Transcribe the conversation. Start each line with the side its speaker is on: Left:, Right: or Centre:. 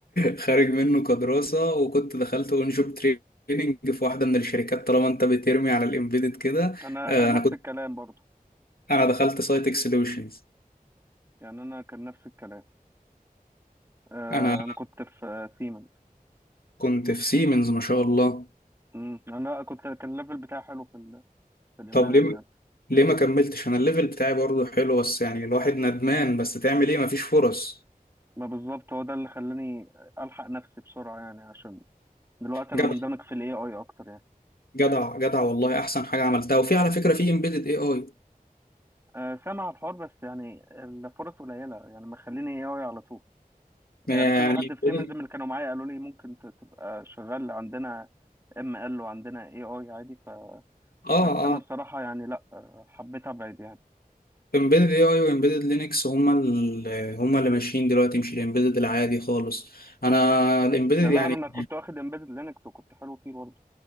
Left: خارج منه كدراسة وكنت دخلت اون شوب تريننج في واحدة من الشركات طالما انت بترمي على الامبيدد كده
Right: انا
Left: آه،
Right: كان نفس
Left: انا كنت
Right: الكلام برضو
Left: انا دخلت سايتك سوليوشنز
Right: يعني انا كان نفس الكلام آه
Left: انا
Right: انا كنت في آه، سيمنز
Left: كنت في سيمنز ما شاء الله
Right: امم انا كنت كان الليفل بتاعي حلو في ال في الامبيدد
Left: طب ليه
Right: يعني
Left: ليه ما كملتش انا الليفل بتاعي برضه حلو بس يعني الواحد ندمان بس تعمل ايه مفيش فرص
Right: ما بالظبط هو ده اللي خلاني الحق نفسي بسرعه يعني عشان دلوقتي انا
Left: جدع
Right: مندمج في الاي اي اكتر يعني
Left: جدع جدع والله احسن حاجة عملتها وفي على فكرة في امبيدد اي اي
Right: آه سامع الحوار بس يعني الفرص قليله يعني ما خليني اي اي على طول
Left: يعني
Right: يعني كذا حد في
Left: embedded-
Right: سيمنز من اللي كانوا معايا قالوا لي ممكن ت- تبقى شغال عندنا اما قال له عندنا اي اي عادي فبس
Left: اه
Right: انا
Left: اه
Right: بصراحه يعني لا آه، حبيت ابعد يعني
Left: امبيدد اي اي وامبيدد لينكس هما اللي هما اللي ماشيين دلوقتي مش الامبيدد العادي خالص انا الامبيدد
Right: لا لا،
Left: يعني
Right: انا كنت واخد امبيدد لينكس وكنت حلو فيه برضه